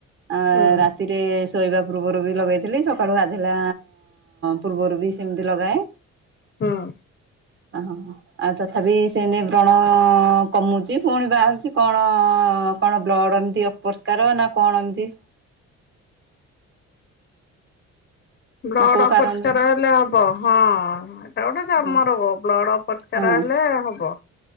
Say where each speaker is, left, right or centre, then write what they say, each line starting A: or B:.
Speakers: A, on the right (about 40°); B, on the left (about 35°).
A: ଆ
B: ହୁଁ
A: ରାତିରେ ଶୋଇବା ପୂର୍ବରୁ ବି ଲଗେଇଥିଲି। ସ ସକାଳୁ ଗାଧେଇଲା ପୂର୍ବରୁ ବି ସେମିତି ଲଗାଏ।
B: ହଁ।
A: <unintelligible> ଆଉ ତଥାପି ସେନେଇ ବ୍ରଣ କମୁଚି ଫୁଣି ବାହାରୁଚି କଣ କଣ ବ୍ଲଡ଼ ଏମିତି ଅପରିଷ୍କାର ନା କଣ ଏମିତି
B: ବ୍ଲଡ
A: ନା କୋଉ
B: ଅପରିଷ୍କାର
A: କାରଣରୁ
B: ହେଲେ ହବ ହଁ। ଏଇଟା ଗୋଟେ ଚର୍ମ
A: ହଁ
B: ରୋଗ ବ୍ଲଡ ଅପରିଷ୍କାର
A: ହଁ
B: ହେଲେ ହବ।